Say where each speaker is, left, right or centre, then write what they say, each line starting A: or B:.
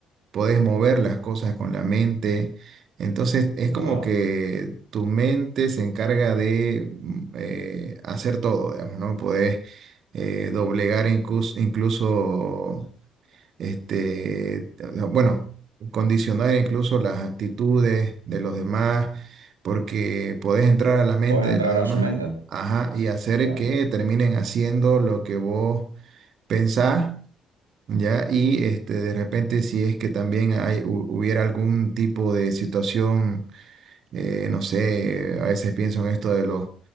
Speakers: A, on the right; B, on the right.
A: podés mover las cosas con la mente. Entonces es
B: Wow.
A: como que tu mente se encarga de mm, eh, hacer todo, digamos, ¿no? Podés eh, doblegar incluso, incluso este, bueno, condicionar incluso las actitudes de los demás, porque podés entrar a la mente
B: Puedes
A: de
B: entrar
A: los demás,
B: a su mente.
A: ajá, y hacer
B: Claro.
A: que terminen haciendo lo que vos pensás. ¿Ya? Y este, de repente si es que también hay, hu- hubiera algún tipo de situación, eh, no sé, a veces pienso en esto de los